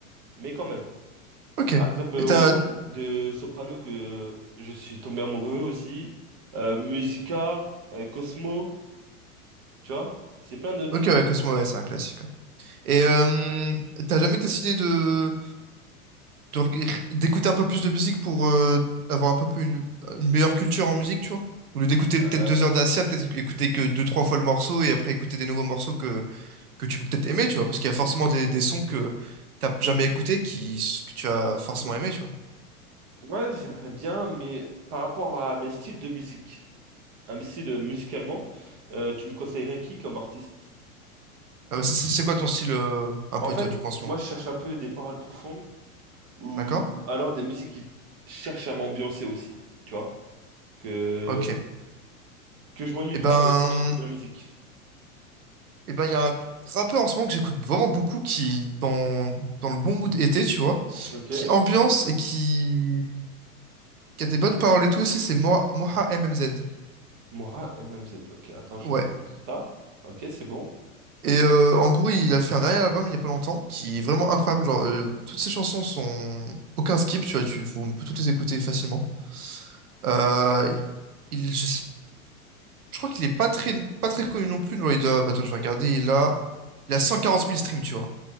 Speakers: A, on the right (about 35°); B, on the right (about 80°).
A: mais quand même.
B: Ok.
A: Par exemple, euh,
B: Et
A: Roule
B: t'as...
A: de Soprano, que euh, je suis tombé amoureux aussi. Euh, Musica, euh, Cosmo, tu vois. C'est plein de petites
B: Ok, ouais,
A: musiques
B: Cosmo,
A: comme ça.
B: ouais, c'est un classique. quoi. Et euh, t'as jamais décidé de, de reg- d'écouter un peu plus de musique pour euh, avoir un peu plus une, une meilleure culture en musique, tu vois? Au lieu d'écouter
A: Euh,
B: peut-être deux heures d'Assia, peut-être écouter que deux, trois fois le morceau et après écouter des nouveaux morceaux que, que tu peux peut-être aimer, tu vois? Parce qu'il y a forcément des, des sons que t'as jamais écoutés qui, que tu as forcément aimé, tu vois?
A: ouais, j'aimerais bien, mais par rapport à mes styles de musique, à mes styles euh, musicalement, euh, tu me conseillerais qui comme artiste?
B: Ah bah, c'est c'est- c'est quoi ton style euh, un
A: En
B: peu,
A: fait,
B: toi, du coup, en ce
A: moi,
B: moment?
A: je cherche un peu des paroles profondes ou
B: D'accord?
A: alors des musiques qui cherchent à m'ambiancer aussi, tu vois? Que,
B: Ok.
A: que je m'ennuie
B: Eh
A: pas
B: ben,
A: de- quand j'écoute de la musique.
B: Et ben, il y a un rappeur en ce moment que j'écoute vraiment beaucoup qui, est dans, dans le bon mood été, tu vois,
A: Ok.
B: qui ambiance et qui, qui a des bonnes paroles et tout aussi, c'est Moha, Moha MMZ.
A: Moira M M Z. Ok, attends, je
B: Ouais.
A: vais noter tout ça. Ok, c'est bon.
B: Et euh, en gros, il a fait un dernier album il y a pas longtemps qui est vraiment incroyable. Genre, euh, toutes ses chansons sont aucun skip, tu vois, tu, faut- on peut toutes les écouter facilement. Euh, il, je sais, je crois qu'il est pas très, pas très connu non plus. Genre, il doit, bah, attends, je vais regarder. Il a, il a cent quarante mille streams, tu vois.